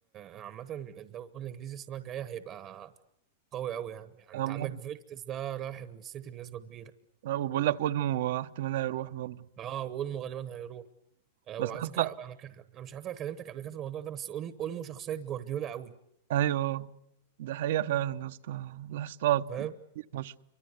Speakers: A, on the right; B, on the right.
A: عامة الدوري الانجليزي السنة الجاية هيبقى قوي قوي يعني يعني
B: أنا
A: انت
B: بقول-
A: عندك فيرتس ده رايح السيتي بنسبة كبيرة
B: وبقول لك اولمو احتمال هيروح برضه
A: اه واولمو غالبا هيروح آه
B: بس
A: وعلى
B: يا
A: فكرة
B: اسطى
A: انا ك... انا مش عارف انا كلمتك قبل كده في الموضوع ده بس أول- اولمو شخصية جوارديولا قوي
B: ايوه ده حقيقة فعلا يا اسطى لاحظتها
A: فاهم
B: كتير فشخ